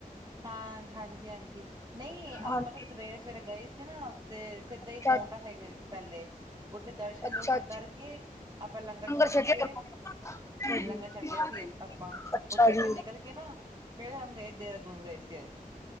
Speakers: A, on the right; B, on the left.
A: ਹਾਂ ਹਾਂਜੀ ਹਾਂਜੀ। ਨਈ
B: ਹਾਂਜੀ।
A: ਆਪਾਂ ਤਾਂ ਸਵੇਰੇ -ਸਵੇਰੇ ਗਏ ਸੀ ਨਾ ਤੇ ਸਿੱਧਾ
B: ਅੱਛਾ
A: ਹੀ ਪੋਟਾ ਸਾਹੀਬ ਗੇ ਸੀ ਪਹਿਲੇ ਉੱਥੇ ਦਰਸ਼ਨ-
B: ਅੱਛਾ
A: ਦੂਰਸ਼ਨ
B: ਅੱਛਾ
A: ਕਰਕੇ ਆਪਾਂ ਲੰਗਰ ਛੱਕ
B: ਛਕਿਆ
A: ਕੇ
B: ਅੱਛਾ ਜੀ
A: ਲੰਗਰ ਛੱਕਿਆ ਸੀ ਆਪਾਂ,
B: ਅੱਛਾ
A: ਉੱਥੇ
B: ਜੀ
A: ਫੇਰ ਨਿਕਲ ਕੇ ਨਾ ਫੇਰ ਹਮ ਨੇ ਦੇਰਾਦੂਨ ਦੂਨ ਗਏ ਸੀ ਏ।